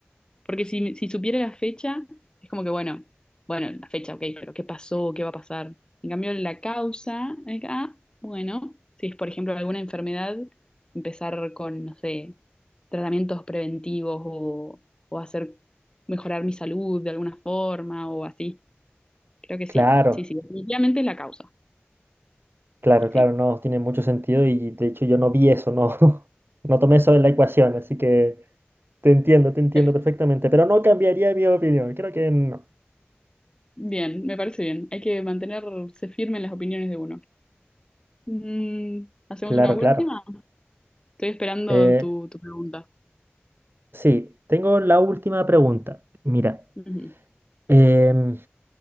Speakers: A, on the left; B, on the right.
A: Porque si, si supiera la fecha, es como que, bueno, bueno, la fecha, ok, pero ¿qué pasó? ¿Qué va a pasar? En cambio, la causa es, ah, bueno, si es, por ejemplo, alguna enfermedad, empezar con, no sé, tratamientos preventivos o, o hacer mejorar mi salud de alguna forma o así. Creo que
B: claro,
A: sí, sí, sí, definitivamente es la causa,
B: claro, claro,
A: sí.
B: no, tiene mucho sentido y de hecho yo no vi eso, no, <laughs> no tomé eso en la ecuación, así que te entiendo, te entiendo
A: Eh,
B: perfectamente, pero no cambiaría mi opinión, creo que no.
A: Bien, me parece bien. Hay que mantenerse firme en las opiniones de uno. Mm, ¿hacemos
B: Claro,
A: una última?
B: claro.
A: Estoy esperando
B: Eh,
A: tu, tu pregunta.
B: sí, tengo la última pregunta. Mira,
A: Ujú.
B: em,